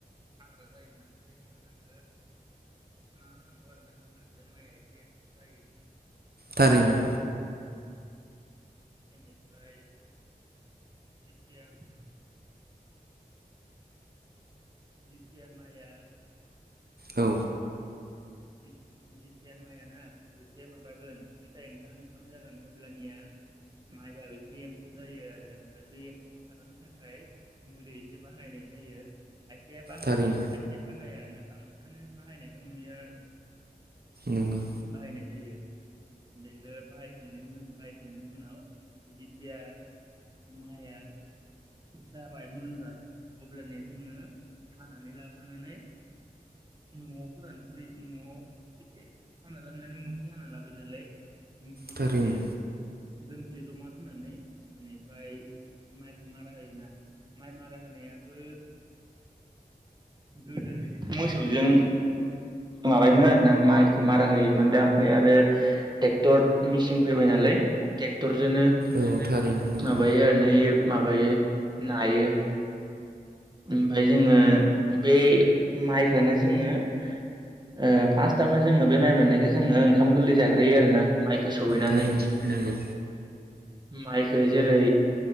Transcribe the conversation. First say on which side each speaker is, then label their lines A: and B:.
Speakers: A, on the right; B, on the right.
A: हाग्रा जायोना बे हाग्राखो फुना होनांगौ आरो ना होनब्लासो माइआ एसे जायो।
B: थारैनो।
A: बेनिफ्राय जितिया जितिया माइया
B: औ
A: जि जितिया माइआ ना ओसे माबागोन फिथाइ ओंखारहां ओंखारहां जागोन अब्लानिया माइआ एसे एम्फौ जायो आरो बे एम्फौखौ खारहोनो थाखाय मुलि बे बाहायनाय जायो खायसेया बाहायो
B: थारैनो
A: खायसेया बाहाया आरो ना बांस थानो बाहायनाय ओं नुयो आरो
B: नंगौ
A: बाहायनाय जायो। बेखो बाहायखांनायनि मुलिखो बाहायखांनायनि उनाव जेतिया माइआ जाबाय मोनबाय अब्लानिया जोङो हानानै लाबोनानै न'आव फोरान फै न'आव एसे हाना लाबनानै मुथि हाना लाबोयो नालाय मुथिखो
B: थारैनो
A: एसे दोनफैयो जमान हानानै बेनिफ्राय माइखौ मारा होयोना माइ मारा होनायाबो गोदो इदिनो मोसौजों माबायोमोन आरो ना माइखो मारा होयोमोन दा ओमफाय आरो टेक्टर मिचिन फैबाय नालाय टेक टरजोनो
B: औ थारैनो नंगौ
A: माबायो आरोना इ माबायो। नायो ओमफाय जोङो बे माइखोनो जोङो ओ फार्स्टआवनो जोङो बे माइ मोननायखो जोङो ओंखाम गोरलै जाग्रोयो आरोना माइखौ सौहैनानै
B: थारैनो नंगौ
A: माइखो जेरै